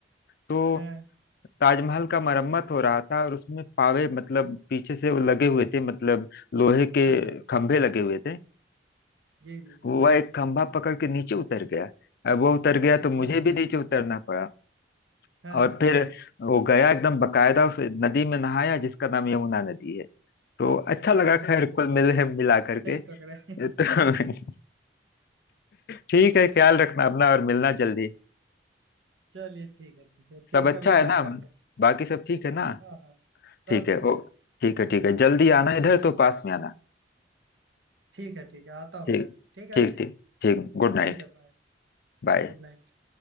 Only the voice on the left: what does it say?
तो
ताजमहल का मरम्मत हो रहा था और उसमें पावे मतलब पीछे से वो लगे हुए थे मतलब लोहे के
खंभे लगे हुए थे
वह एक खंभा पकड़ के नीचे उतर गया अब वो उतर गया
तो मुझे भी नीचे उतरना पड़ा
और
फिर वो गया एकदम बकायदा उस नदी में नहाया जिसका नाम यमुना नदी है तो अच्छा लगा
खैर कुल मिले मिला करके
तो <laughs> ठीक है ख्याल रखना अपना और मिलना जल्दी
सब अच्छा
है
ना
बाकी सब ठीक है ना
ठीक है
ओ
ठीक है ठीक है जल्दी आना इधर तो पास में आना
ठीक
ठीक ठीक ठीक गुड नाइट
बाय